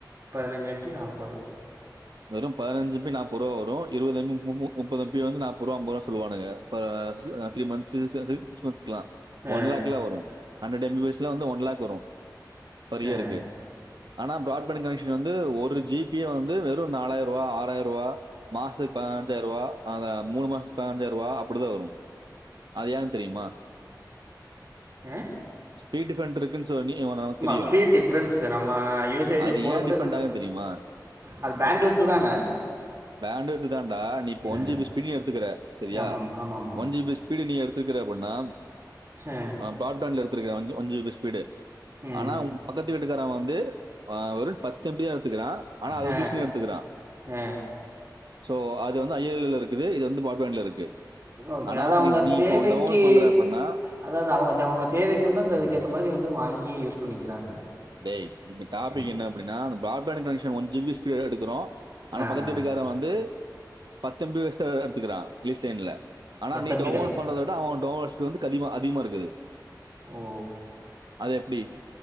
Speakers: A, on the right (about 40°); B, on the right (about 80°).
A: பதினஞ்சு எம்பி நாற்பது
B: வெறும் பதினஞ்சு ஜி பி நாற்பது ரூபா வரு இப்ப இருபது ம் பி முப்பது ம் பி வந்து நாற்பது ரூபா முப்பது அம்பதுருவ சொல்லுவானுங்க த்ரீ மந்த்ஸ் சிக்ஸ் மந்த்ஸ்கலாம்
A: ஆ
B: ஒன் லக்ல வரும் ஹண்ட்ரட் எம் பி பிஸ் ல வந்து ஒன் லக் வரும் பரியரி
A: ஆ
B: இருக்கு ஆனா பராட்பேண்ட் கனெக்ஷன் வந்து ஒரு ஜி பியே வந்து வெறும் நாலாயர் ரூபா ஆறாயிர ரூபா மாசத்துக்கு பதினஞ்சாயிரம் ரூபா அந்த மூணு மாசத்து பதினஞ்சாயிரம் ரூபா அ அப்படி தான் வரும் அது ஏன் தெரியுமா
A: ஆஹ
B: ஸ்பீட்டி டிப்ன்இருக்கு எவனாவது தெரியும்
A: ஸ்பீட் டிஃப்ரென்ஸ் நம்ம யூசேஜுக்கு
B: அது
A: பொறுத்து
B: ஏன் டிப்ன்டாகு
A: நம்
B: தெரியுமா
A: அது பேண்ட்வித்து தானே
B: வேண்ட <unintelligible> நீ இப்ப ஒன்
A: ஆ
B: ஜி பி ஸ்பீடு எடுத்துக்கிற சரியா
A: ஆமாம் ஆமாம் ஆமாம்
B: ஒன் ஜி ஸ்பீடு நீ எடுத் இருக்கிற அப்படின்னா
A: ஆ
B: ஆஹ் பாட் பேண்ட த்திருக்க <unintelligible> ஓன் ஜி பி ஸ்பீடு
A: ம்
B: ஆனா உ பக்கத்து விட் இருக்கறன் வந்து ஒரு பத்து பேர் எடுத்துக்கிறான் ஆஹ் <unintelligible>
A: ஆ
B: எடுத்துக்கறான்
A: ஆ
B: சோ அது வந்து ஐ எல் எல இருக்குது இது வந்து பாட்பேண்ட்ல இருக்கு
A: ஓகே
B: ஆனா
A: அத அவுங்க
B: நீ நீ
A: தேவைக்கி
B: இப்போ டவுன்லோட் பண்ற அப்படின்னா
A: அதா அதா அவுங்க அவுங்க தேவைக்கு வந்து அந்த அதுக்கேற்ற மாதிரி வந்து வாங்கி யூஸ் பண்ணிக்கிறாங்க
B: டய்ப்ப டாபிக்
A: அ
B: என்ன அப்படினா பாட்பேண்ட் கனெஷன் ஒன் ஜிபி கிளியரா எடுக்குறோ
A: அ
B: ஆனா
A: ஆ
B: பக்கத்து
A: ஆ
B: வீட்டுக்காரன் வந்து பத்து எம் பி வெச்சுதா எடுத்துக்குறான் லீஸ்ட் லைன்ல ஆனா
A: பத்தம்பி
B: நீ டவுன்லோட்
A: தா
B: பண்றத விட அவன் டவுன்லோட்ஸ்க்கு வந்து அதிகமா அதிகமா இருக்குது
A: ஓ
B: அது எப்டி